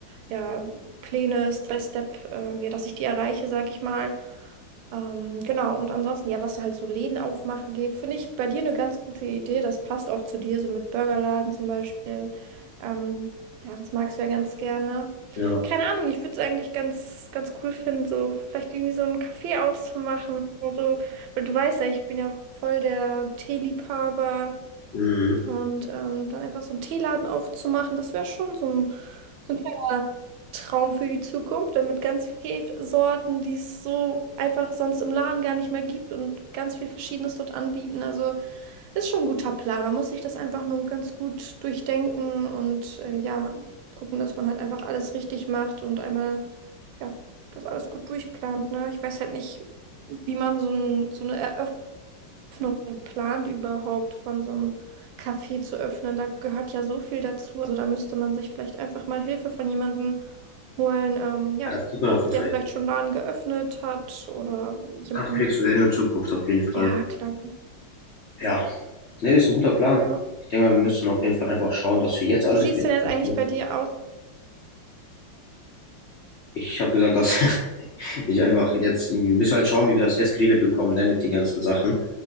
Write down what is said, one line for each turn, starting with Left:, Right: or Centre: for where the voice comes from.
Right: ja, Pläne, Step by Step, ähm, ja, dass ich die erreiche, sag ich mal. Ähm, genau, und ansonsten, ja, was halt so Läden aufmachen geht, finde ich bei dir eine ganz gute Idee. Das passt auch zu dir, so mit Burgerladen zum Beispiel. Ähm, ja, das magst du ja ganz gerne.
Left: Ja,
Right: Keine Ahnung, ich würde es eigentlich ganz, ganz cool finden, so vielleicht irgendwie so einen Kaffee auszumachen und so. Weil du weißt ja, ich bin ja voll der Teeliebhaber.
Left: mhm.
Right: Und ähm, dann einfach so einen Teeladen aufzumachen, das wäre schon so ein, so ein kleiner Traum für die Zukunft, dann mit ganz vielen Sorten, die es so einfach sonst im Laden gar nicht mehr gibt und ganz viel Verschiedenes dort anbieten. Also ist schon ein guter Plan. Man muss sich das einfach nur ganz gut durchdenken und äh, ja, gucken, dass man halt einfach alles richtig macht und einmal, ja, das alles gut durchplant, ne? Ich weiß halt nicht, wie man so ein, so eine Eröffnung Öffnung plant, überhaupt von so einem Café zu öffnen. Da gehört ja so viel dazu. Also da müsste man sich vielleicht einfach mal Hilfe von jemandem holen, ähm, ja,
Left: Ja, das sieht man auf jeden
Right: der
Left: Fall.
Right: vielleicht schon einen Laden geöffnet hat oder jemanden.
Left: Das kriegst du hin in der Zukunft auf jeden Fall.
Right: Ja, klar.
Left: Ja, ne, ist ein guter Plan.
Right: Ja.
Left: Ich denke mal, wir müssen auf jeden Fall einfach schauen, dass wir jetzt alles
Right: Wie sieht
Left: geregelt
Right: es denn jetzt
Left: bekommen.
Right: eigentlich bei dir aus?
Left: Ich habe gesagt, dass <laughs> ich einfach jetzt irgendwie, wir müssen halt schauen, wie wir das jetzt geregelt bekommen, ne, mit den ganzen Sachen.